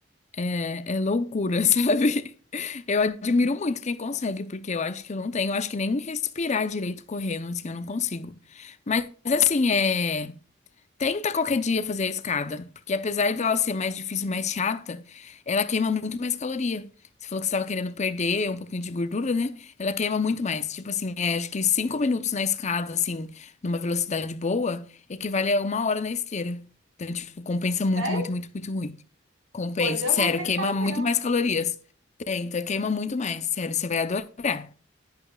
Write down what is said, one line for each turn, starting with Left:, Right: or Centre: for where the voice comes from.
Left: é, é loucura, <laughs> sabe? Eu admiro muito quem consegue, porque eu acho que eu não tenho. Eu acho que nem respirar direito correndo, assim, eu não consigo. Mas, assim, é. Tenta qualquer dia fazer a escada, porque apesar dela ser mais difícil, mais chata, ela queima muito mais caloria. Você falou que você estava querendo perder um pouquinho de gordura, né? Ela queima muito mais. Tipo assim, é, acho que cinco minutos na escada, assim, numa velocidade boa, equivale a uma hora na esteira. Então, tipo, compensa muito,
Right: Sério?
Left: muito, muito, muito, muito. Compensa.
Right: Pois eu
Left: Sério,
Right: vou tentar
Left: queima muito
Right: mesmo.
Left: mais calorias. Tenta, queima muito mais. Sério, você vai adorar.